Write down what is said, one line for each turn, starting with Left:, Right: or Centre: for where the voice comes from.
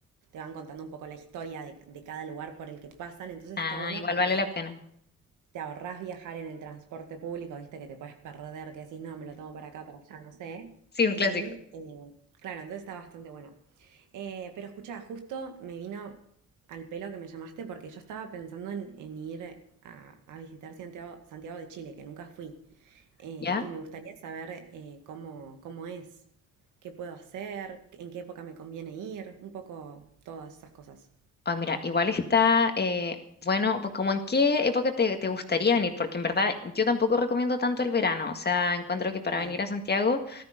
Right: te van contando un poco la historia de, de cada lugar por el que pasan, entonces
Left: Ah,
Right: está bueno
Left: igual
Right: porque
Left: vale la pena.
Right: te ahorrás viajar en el transporte público, viste que te puedes perder, que decís, no, me lo tomo para acá, para allá, no sé.
Left: Sí, un
Right: Y
Left: clásico.
Right: eh, claro, entonces está bastante bueno. Eh, pero escuchá, justo me vino al pelo que me llamaste porque yo estaba pensando en, en ir a, a visitar Santiago, Santiago de Chile, que nunca fui. Eh,
Left: ¿Ya?
Right: y me gustaría saber eh, cómo, cómo es, qué puedo hacer, en qué época me conviene ir, un poco todas esas cosas.
Left: Ah, mira, igual está, eh, bueno, pues como en qué época te, te gustaría venir, porque en verdad yo tampoco recomiendo tanto el verano, o sea, encuentro que
Right: Ok.
Left: para venir a Santiago,